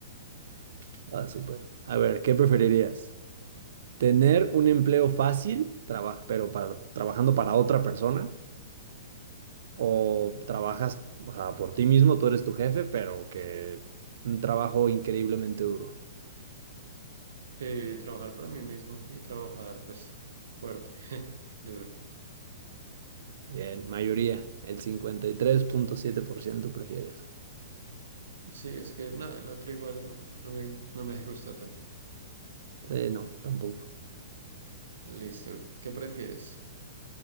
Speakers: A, on the right; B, on the right.
A: <laughs> ah, súper. A ver, ¿qué preferirías? Tener un empleo fácil, traba- pero para, trabajando para otra persona, o trabajas, o sea, por ti mismo, tú eres tu jefe, pero que un trabajo increíblemente duro.
B: Eh, trabajar para mí mismo y trabajar, pues, fuerte, <laughs> duro.
A: Bien, mayoría, el 53.7% prefiere eso.
B: Sí, es que nada, el otro igual no, no me, no me gusta tanto.
A: Sí, no, tampoco.
B: Listo. ¿Qué prefieres?